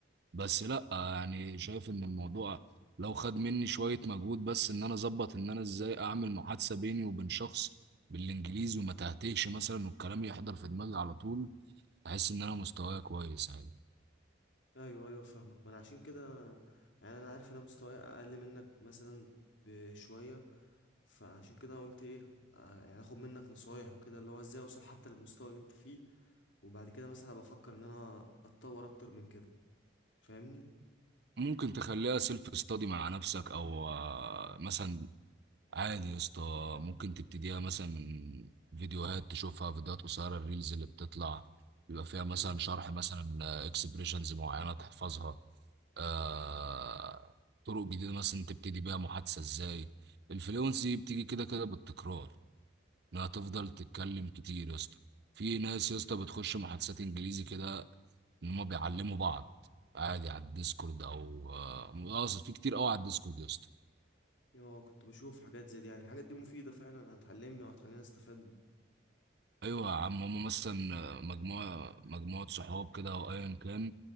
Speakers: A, on the right; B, on the left.
A: بس لا يعني شايف ان الموضوع لو خد مني شوية مجهود بس ان انا اظبط ان انا ازاي اعمل محادثة بيني وبين شخص بالانجليزي وما تهتهش مثلا والكلام يحضر في دماغي على طول احس ان انا مستواي كويس عادي
B: ايوه ايوه فاهمك ما انا عشان كده انا يعني انا عارف انا مستواي اقل منك مثلا بشوية فعشان كده قلت ايه آه، يعني اخد منك نصايح وكده اللي هو ازاي اوصل حتى للمستوى اللي انت فيه وبعد كده مثلا ابقى افكر ان انا اتطور اكتر من كده فاهمني
A: ممكن تخليها سيلف ستادي مع نفسك او آه، مثلا عادي يا اسطى ممكن تبتديها مثلا من فيديوهات تشوفها فيديوهات قصيرة الريلز اللي بتطلع بيبقى فيها مثلا
B: امم
A: شرح مثلا اكسبريشنز معينة تحفظها آه طرق جديده مثلا تبتدي بيها محادثه ازاي الفلونسي بتيجي كده كده بالتكرار انها تفضل تتكلم كتير يا اسطى في ناس يا اسطى بتخش محادثات انجليزي كده ان هم بيعلموا بعض عادي على الديسكورد او آه، اقصد في كتير قوي على الديسكورد يا اسطى
B: اه كنت بشوف حاجات زي دي يعني الحاجات دي مفيدة فعلا هتعلمني وهتخليني استفاد
A: ايوه يا عم هم مثلا آه، مجموعه مجموعه صحاب كده او ايا كان